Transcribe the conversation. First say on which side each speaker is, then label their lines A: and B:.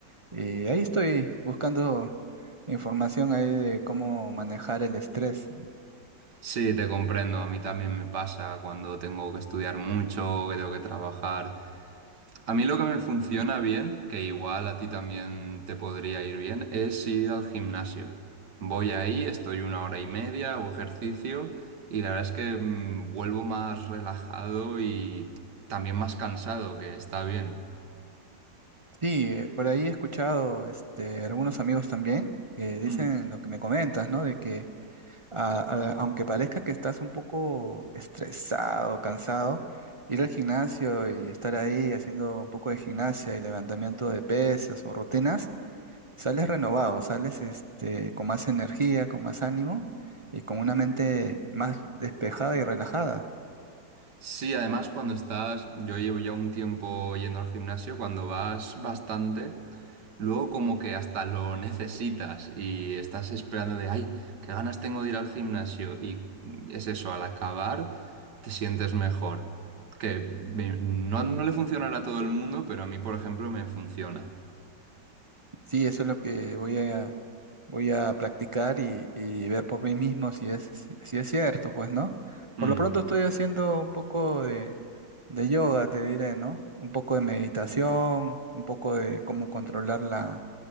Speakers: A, on the right; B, on the right.
A: Y ahí estoy buscando información ahí de cómo manejar el estrés.
B: Sí, te comprendo, a mí también me pasa cuando tengo que estudiar mucho, que tengo que trabajar. A mí lo que me funciona bien, que igual a ti también te podría ir bien, es ir al gimnasio. Voy ahí, estoy una hora y media, hago ejercicio y la verdad es que mm, vuelvo más relajado y también más cansado, que está bien.
A: Sí, eh, por ahí he escuchado este, algunos amigos también que dicen
B: Mm.
A: lo que me comentas, ¿no? De que a- a- aunque parezca que estás un poco estresado, cansado, ir al gimnasio y estar ahí haciendo un poco de gimnasia y levantamiento de pesas o rutinas, sales renovado, sales este, con más energía, con más ánimo y con una mente más despejada y relajada.
B: Sí, además cuando estás, yo llevo ya un tiempo yendo al gimnasio, cuando vas bastante, luego como que hasta lo necesitas y estás esperando de, ay, qué ganas tengo de ir al gimnasio y es eso, al acabar te sientes mejor. Que me- no, no le funcionará a todo el mundo, pero a mí, por ejemplo, me funciona.
A: Sí, eso es lo que voy a, voy a practicar y, y ver por mí mismo si es, si, si es cierto, pues, ¿no?
B: Mm.
A: Por lo pronto estoy haciendo un poco de, de yoga, te diré, ¿no? Un poco de meditación, un poco de cómo controlar la,